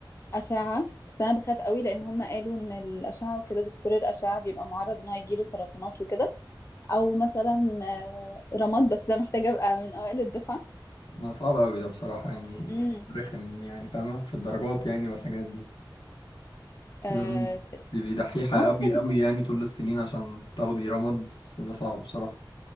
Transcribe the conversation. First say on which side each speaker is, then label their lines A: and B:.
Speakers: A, on the left; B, on the left.
A: أشعة بس أنا بخاف قوي لأن هم قالوا إن الأشعة وكده دكتور الأشعة بيبقى معرض إن هو يجيله سرطانات وكده أو مثلا آه، رماد بس ده محتاج أبقى من أوائل الدفعة
B: ما صعب أوي ده بصراحة يعني
A: مم.
B: رخم يعني فاهمة في الدرجات يعني والحاجات دي
A: آه،
B: لازم تبقي دحيحة
A: ممكن
B: أوي أوي يعني طول السنين عشان تاخدي رمد بس ده صعب بصراحة